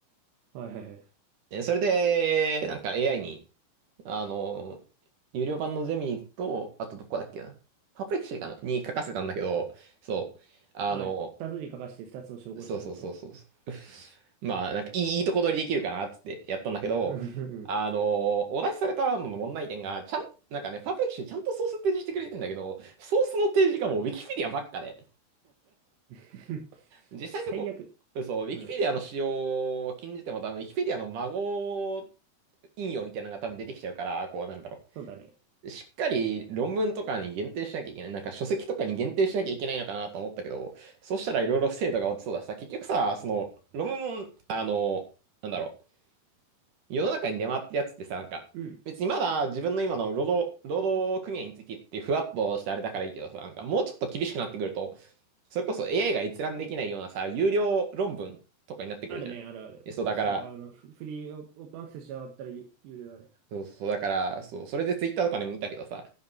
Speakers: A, on the right (about 80°); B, on the right (about 55°).
A: はいはいは
B: でそれで、なんか AI に、あのー有料版のゼミと、あとどこだっけな、パプレキシーかなに書かせたんだけど、そう、
A: い。
B: あの
A: あ、二つに書かして二つを照合したってこと
B: そうそうそうそうそう。まあ、なんかいい、いいとこ取りできるかなっつってやったんだけど、
A: <laughs> うん。
B: あのーお出しされたのの問題点が、ちゃん、なんかね、パーフェクションちゃんとソース提示してくれてんだけど、ソースの提示がもうウィキペディアばっかで、
A: <laughs>
B: 実際のとこ、
A: 最悪。
B: そう、ウィキペディアの使用を禁じても多分、
A: うん。
B: ウィキペディアの孫引用みたいなのが多分出てきちゃうから、こうなんだろ
A: そうだね。
B: う。しっかり論文とかに限定しなきゃいけない。なんか書籍とかに限定しなきゃいけないのかなと思ったけど、そうしたらいろいろ精度が落ちそうだしさ、結局さ、その論文も、あの、なんだろう、世の中に出回ってるやつってさ、なんか、
A: うん。
B: 別にまだ自分の今の労働、労働組合についてってふわっとしてあれだからいいけどさ、なんかもうちょっと厳しくなってくると、それこそ AI が閲覧できないようなさ、有料論文とかになってくるじゃん。
A: あるね、あるある。
B: でそうだから、
A: そう、あの、フフリーオオープンアクセスじゃなかったら有、有料だね。
B: そうそう、だから、そう、それでツイッターとかでも見たけどさ、